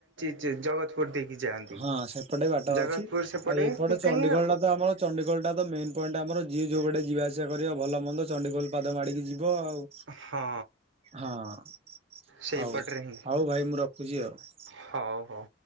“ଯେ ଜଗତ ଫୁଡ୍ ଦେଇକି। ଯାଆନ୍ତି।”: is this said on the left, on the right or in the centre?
Right